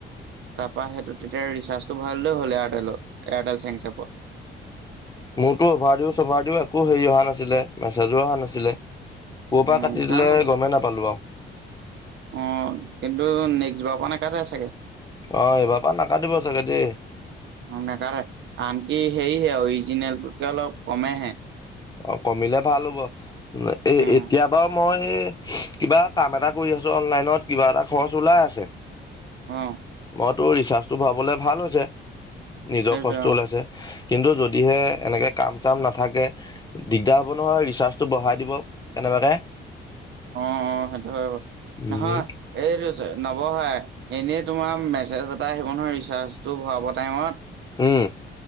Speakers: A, on the right (about 70°); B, on the left (about 20°).
A: তাৰপৰা সেইটো তেতিয়া ৰিচাৰ্জটো ভৰাই ললেই হ'ল এয়াৰটেলত এয়াৰটেল থেংকচ এপত।
B: মোৰতো অভাৰ দিও চভাৰ দিও একো হেৰি অহা নাছিলে, মেছেজো অহা নাছিলে। কৰ
A: উম
B: পৰা কাটি
A: যাওঁ
B: দিলে গমেই নাপালো আৰু।
A: অ, কিন্তু নেক্সট বাৰৰ পৰা নেকাটে চাগে?
B: অ এইবাৰ পৰা নাকাটিব চাগে দেই
A: মনে কাৰ আনকি সেৰিহে অৱি জিনেলটোতকে অলপ কমেহে।
B: অ কমিলে ভাল হ'ব, এ
A: উম,
B: এতিয়া বাৰু মই কিবা কাম এটা কৰি আছো। অনলাইনত কিবা এটা খৰচ ওলাই আছে।
A: অহ।
B: মো ৰিচাৰ্চটো ভৰাবলে ভাল হৈছে নিজৰ
A: সেইটোৱে
B: খচটো
A: অ',
B: ওলাইছে। কিন্তু যদিহে এনেকৈ কাম চাম নাথাকে দিগদাৰ হ'ব নহয় ৰিচাৰ্জটো বঢ়াই দিব কেনেবাকে
A: অ অ সেইটো হয়
B: উম
A: নহয় এইটো নৱহাই <unintelligible> এনেই তোমাৰ মেছেজ এটা আহিব নহয় ৰিচাৰ্জটো ভৰাব টাইমত।
B: উম